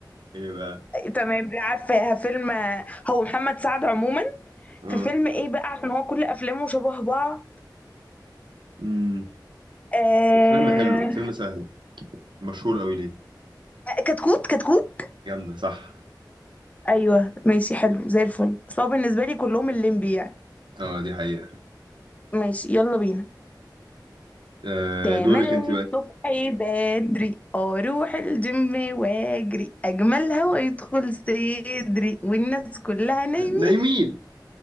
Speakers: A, on the right (about 80°); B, on the left (about 20°).
A: ايه بقى
B: تمام لا عارفاها فيلم هو محمد سعد عموما
A: اه
B: في فيلم ايه بقى عشان هو كل افلامه شبه بعض
A: امم
B: آه...
A: فيلم حلو فيلم سهل مشهور قوي ليه
B: كتكوت كتكوت
A: جامده صح
B: ايوه ماشي حلو زي الفل بس هو بالنسبه لي كلهم الليمبي يعني
A: اه دي حقيقه
B: ماشي يلا بينا
A: آه
B: تملي
A: دورك انت بقى
B: الصبح بدري اروح الجيم واجري اجمل هوا يدخل صدري والناس كلها نايمين
A: نايمين